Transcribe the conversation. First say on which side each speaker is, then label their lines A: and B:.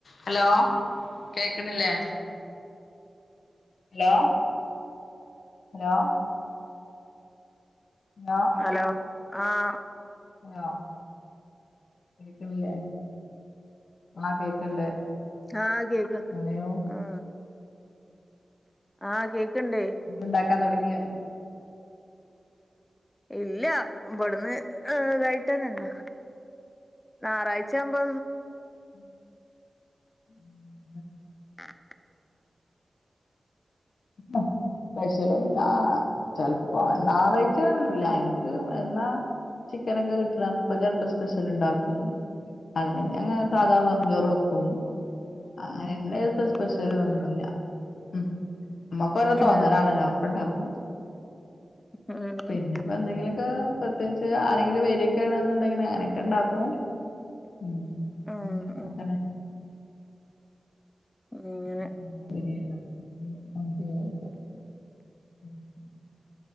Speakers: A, on the left; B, on the left.
A: ഹലോ കേക്കണില്ലേ ഹലോ ഹലോ ഹലോ
B: ഹലോ ആഹ്
A: ഹലോ കേക്കണില്ലേ ആ കേക്കണ്ട്
B: ആഹ കേക്ക്ണ്ട്
A: അതെയോ
B: ആ ആഹ് കേക്ക്ണ്ടേ
A: ഫുഡ്ണ്ടാക്കാൻ തുടങ്ങിയോ
B: ഇല്ല ഇവിടന്ന് ഇതായിട്ട് തന്നല്ലെ ഞറാഴ്ചാമ്പോ
A: <inaudible>
B: <inaudible>
A: അ പ്പെഷ്യലും അ ചെിലപ്പോ നാറാഴ്ച്ചന്നില്ല എനിക്ക് എന്നാ ചിക്കനൊക്കെ കിട്ടണ അപ്പൊ ചെലപ്പൊ സ്പെഷ്യൽ ഇണ്ടാവും അം അങ്ങനെ സാധാ വെറും
B: ഉം
A: ചോറ് വെക്കും അങ്ങനെ ഇന്നെത്തെ സ്പെഷ്യല്
B: ഉം
A: ഒന്നുല്യ അ നമ്മക്കോരോ തോന്നലാണല്ലോ
B: ഉം
A: അപ്പൊണ്ടാക്കും
B: ഉം
A: പിന്നെ ഇപ്പൊ എന്തെങ്കിലൊക്കെ പ്രത്യേകിച്ച് പന്തെങ്കിലൊക്കെ പ്രത്യേകിച്ച് ആരെങ്കിലും വരിയൊക്കാന്നുണ്ടെങ്കിൽ അങ്ങനെൊക്കെ ണ്ടാക്കും അഹ്
B: ഉം
A: അങ്ങനൊക്കെതന്നെ
B: ഉം ഉം അങ്ങനെ
A: <unintelligible> <inaudible>